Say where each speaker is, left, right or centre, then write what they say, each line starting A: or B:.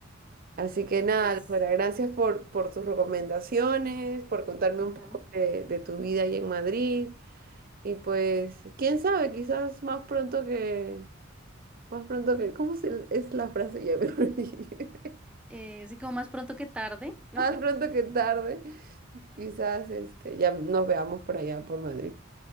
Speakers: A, on the right; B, in the centre.
A: Así que nada,
B: pues,
A: Laura, gracias por, por tus recomendaciones, por contarme
B: ujú.
A: un poco de, de tu vida ahí en Madrid. Y pues, quién sabe, quizás más pronto que, más pronto que, ¿cómo se- es la frase? <laughs> Ya me olvidé.
B: Eh, sí, como más pronto que tarde, ¿no?
A: Más pronto que tarde. Quizás este, ya nos veamos por allá, por Madrid.